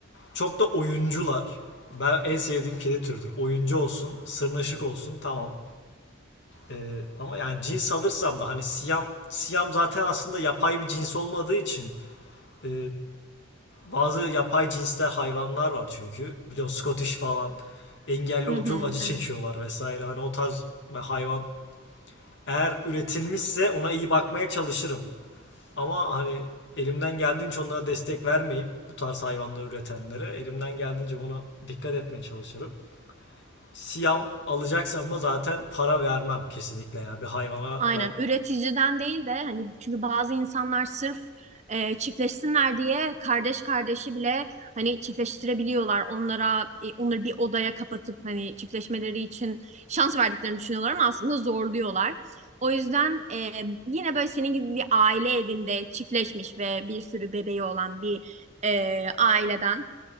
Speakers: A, on the left (about 55°); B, on the right (about 35°).
A: Çok da oyuncular. Ben en sevdiğim kedi türüdür. Oyuncu olsun, sırnaşık olsun tamam. Ee, ama yani cins alırsam da hani siyam siyam zaten aslında yapay bir cins olmadığı için ee, bazı yapay cinsler hayvanlar var çünkü. Biliyorsun Scottish falan engelli
B: Hı
A: olup
B: hı,
A: çok acı
B: evet.
A: çekiyorlar vesaire. Hani o tarz hayvan eğer üretilmişse ona iyi bakmaya çalışırım. Ama hani elimden geldiğince onlara destek vermeyip bu tarz hayvanları üretenlere elimden geldiğince buna dikkat etmeye çalışırım. Siyam alacaksam da zaten para vermem kesinlikle ya bir hayvana
B: Aynen
A: ben
B: üreticiden değil de hani çünkü bazı insanlar sırf e, çiftleşsinler diye kardeş kardeşi bile hani çiftleştirebiliyorlar. Onlara e, onları bir odaya kapatıp hani çiftleşmeleri için şans verdiklerini düşünüyorlar ama aslında zorluyorlar. O yüzden e, yine böyle senin gibi bir aile evinde çiftleşmiş ve bir sürü bebeği olan bir e, aileden